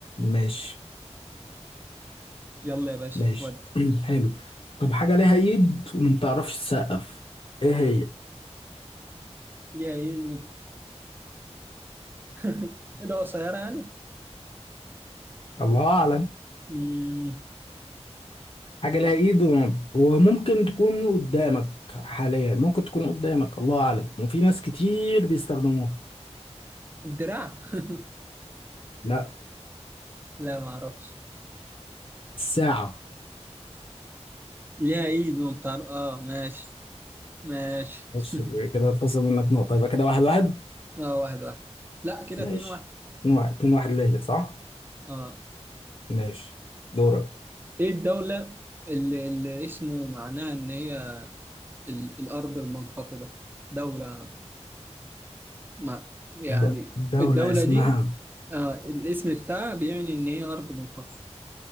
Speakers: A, on the left; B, on the right.
A: ماشي
B: يلا يا باشا
A: ماشي
B: ود
A: <clears throat> حلو طب حاجة ليها إيد وما بتعرفش تسقف إيه هي؟
B: يا ايه <laughs> ايه ده قصيرة يعني؟
A: الله أعلم
B: مم،
A: حاجة ليها إيد وم- وممكن تكون قدامك حاليا ممكن تكون قدامك الله أعلم وفي ناس كتير بيستخدموها
B: الدراع <laughs>
A: لا
B: لا ما اعرفش
A: ساعة
B: ليها ايد ومطر اه ماشي ماشي
A: بص
B: <laughs>
A: كده اتخصم منك نقطة يبقى كده واحد واحد
B: اه واحد واحد لا كده
A: ماشي
B: اتنين واحد
A: اتنين واحد اتنين واحد ليا صح؟
B: اه
A: ماشي دورك
B: ايه الدولة اللي, اللي اسمه معناها ان هي ال- الارض المنخفضة دولة ما يعني
A: د- دولة
B: الدولة
A: اسمها
B: دي آه الاسم بتاعها بيعني ان هي ارض منخفضة